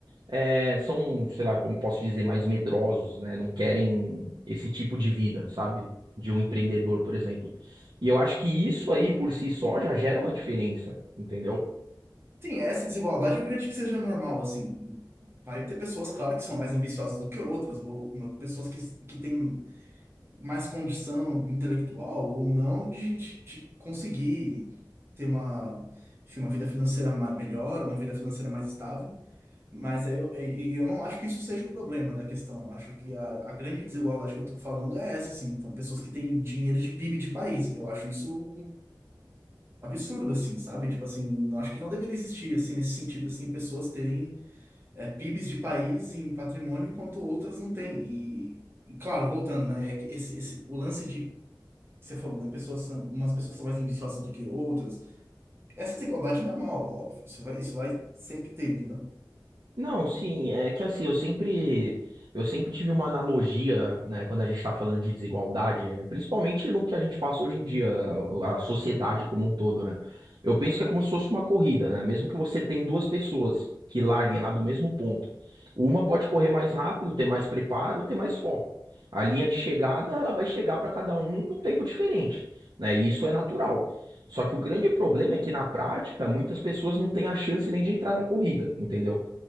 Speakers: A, on the right (about 70°); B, on the right (about 30°).
A: eh, são, sei lá, como posso dizer, mais medrosos, né? Não querem esse tipo de vida, sabe? De um empreendedor, por exemplo. E eu acho que isso aí por si só já gera uma diferença, entendeu?
B: Sim, essa desigualdade eu acredito que seja normal, assim. Vai ter pessoas, claro, que são mais ambiciosas do que outras, ou uma- pessoas que, que têm mais condição intelectual ou não de, de, de conseguir ter uma, enfim, uma vida financeira ma- melhor, uma vida financeira mais estável. Mas aí eu, e- e eu não acho que isso seja o problema da questão. Eu acho que a, a grande desigualdade que eu estou falando é essa, assim. São pessoas que têm dinheiro de PIB de país. Eu acho isso absurdo, assim, sabe? Tipo assim, eu acho que não deveria existir, assim, nesse sentido, assim, pessoas terem é, PIBs de país em patrimônio enquanto outras não têm. E, e claro, voltando, né? é que Esse, esse, o lance de você falou, né? Pessoas são, umas pessoas são mais ambiciosas do que outras. Essa desigualdade é normal, óbvio. Isso vai, isso vai sempre ter, entendeu?
A: Não, sim, é que assim, eu sempre eu sempre tive uma analogia, né, quando a gente tá falando de desigualdade, é, principalmente no que a gente passa hoje em dia, a, a sociedade como um todo, né? Eu penso que é como se fosse uma corrida, né? Mesmo que você tem duas pessoas que larguem lá do mesmo ponto, uma pode correr mais rápido, ter mais preparo, ter mais foco. A linha de chegada, ela vai chegar para cada um num tempo diferente, né? E isso é natural. Só que o grande problema é que na prática, muitas pessoas não têm a chance nem de entrar na corrida, entendeu?